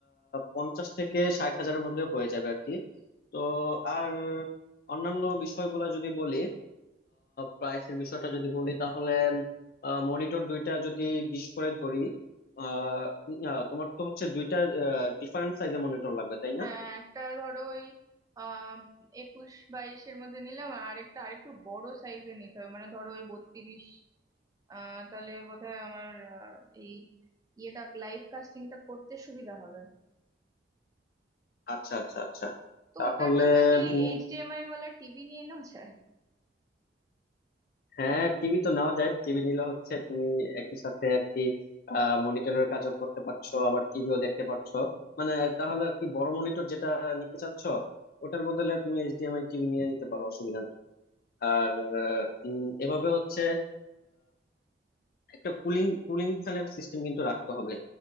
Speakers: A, on the left; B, on the right.
A: পঞ্চাশ থেকে ষাট হাজারের মধ্যে হয়ে যাবে আর কি তো আর অন্যান্য বিষয়গুলো যদি বলি প্রাইসের বিষয়টা যদি বলি তাহলে মনিটর দুইটা যদি বিশ করে ধরি আহ আহ, তোমার তো হচ্ছে দুইটা ডিফারেন্ট সাইজের মনিটর লাগবে তাই
B: হ্যাঁ
A: না
B: একটা ধরো ওই আহ একুশ বাইশের মধ্যে নিলাম আর আরেকটা আরেকটু বড় সাইজে নিতে হবে মানে ধরো ওই বত্রিশ আহ তাহলে বোধহয় আমার আহ, এই ইয়েটা লাইভ কাস্টিংটা করতে সুবিধা হবে
A: আচ্ছা আচ্ছা আচ্ছা
B: তো
A: তাহলে
B: ওটার জন্য কি
A: উম,
B: এইচডিএমআই ওয়ালা টিভি নিয়ে নেওয়া যায়
A: হ্যাঁ টিভি তো নেওয়া যায় টিভি নিলে হচ্ছে তুমি একই সাথে আর কি মনিটরের কাজও করতে পারছো আবার টিভিও দেখতে পারছো মানে তাহলে আর কি বড় মনিটর যেটা নিতে চাচ্ছ ওটার বদলে তুমি এইচডিএমআই টিভি নিয়ে নিতে পারো অসুবিধা নেই আর উম, এভাবে হচ্ছে একটা কুলিং কুলিং ফ্যানের সিস্টেম কিন্তু রাখতে হবে